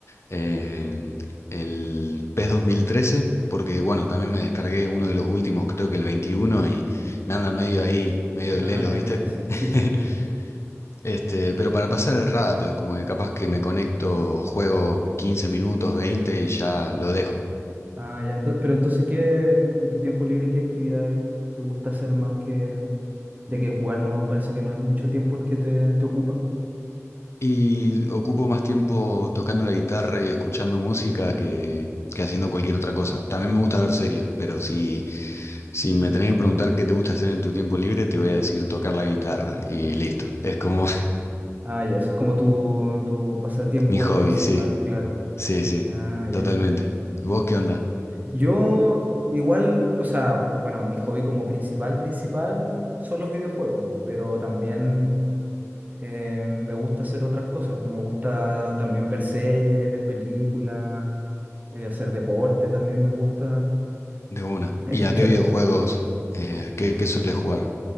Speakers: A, on the left; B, on the right.
A: eh, el PES 2013, porque bueno, también me descargué uno de los últimos, creo que el 21, y me anda medio ahí, medio
B: Ah,
A: lelo,
B: ya,
A: ¿viste?
B: sí, sí,
A: <laughs>
B: sí, sí.
A: Este, pero para pasar el rato, es como que capaz que me conecto, juego 15 minutos, 20 y ya lo dejo.
B: Ah, ya, entonces, pero entonces, ¿qué, en tu tiempo libre, qué actividades te gusta hacer más que, ya que jugar no, parece que no es mucho tiempo el que te te ocupa?
A: Y ocupo más tiempo tocando la guitarra y escuchando música que, que haciendo cualquier otra cosa. También me gusta ver series, pero si, si me tenés que preguntar qué te gusta hacer en tu tiempo libre, te voy a decir tocar la guitarra y listo. Es como
B: Ah, ya, eso es como tu, tu pasatiempo
A: <laughs> mi hobby,
B: principal,
A: sí,
B: claro.
A: sí, sí,
B: Ah,
A: totalmente.
B: ya.
A: ¿Y vos qué onda?
B: Yo igual, o sea, bueno, mi hobby como principal, principal son los videojuegos, pero también eh, me gusta hacer otras cosas. Me gusta también ver series, ver películas, eh, hacer deporte también me gusta,
A: De una.
B: escuchar
A: ¿Y a qué videojuegos? Eh, ¿qué, qué sueles jugar?